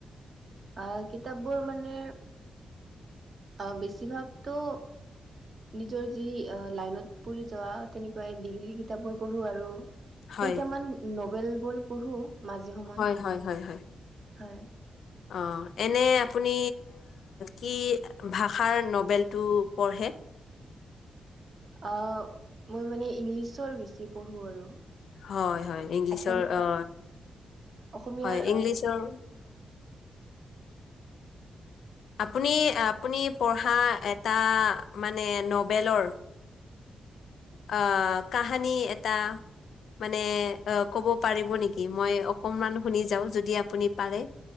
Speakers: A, on the right; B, on the left.
A: আহ কিতাপবোৰ মানে অ বেছিভাগতো নিজৰ যি লাইনত পৰিঢ যোৱা তেনেকুৱাই ডিগ্ৰী কিতাপবোৰ পঢ়ো আৰু
B: হয়
A: কেইটামান নবেল বোৰো পঢ়ো মাজে সময়
B: হয় হয় হয় হয়।
A: হয়।
B: অ এনে আপুনি কি ভাষাৰ নবেলটো পঢ়ে।
A: অ মই মানে ইংলিছৰ বেছি পঢ়ো আৰু
B: হয় হয় ইংলিছৰ
A: অসমীয়াৰ
B: অ।
A: অসমীয়াৰ
B: হয় ইংলিছৰ আপুনি আপুনি পঢ়া এটা মানে নবেলৰ। আ কাহানী এটা। মানে অ ক'ব পাৰিব নেকি মই অকনমান শুনি যাও যদি আপুনি পাৰে